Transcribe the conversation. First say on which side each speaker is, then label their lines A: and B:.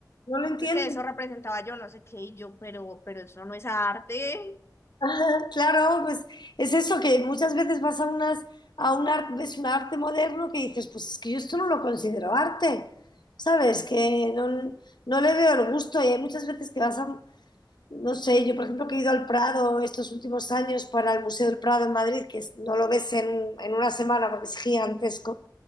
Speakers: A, on the left; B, on the left.
A: no lo entiendo.
B: que eso
A: <laughs>
B: representaba yo no sé qué y yo, pero, pero eso no es arte.
A: Ajá, Claro, pues es eso que muchas veces vas a unas a un arte, ves un arte moderno que dices, pues es que yo esto no lo considero arte, ¿sabes? Que no, no le veo el gusto y hay muchas veces que vas a, no sé, yo por ejemplo que he ido al Prado estos últimos años para el Museo del Prado en Madrid, que es- no lo ves en, en una semana porque es gigantesco,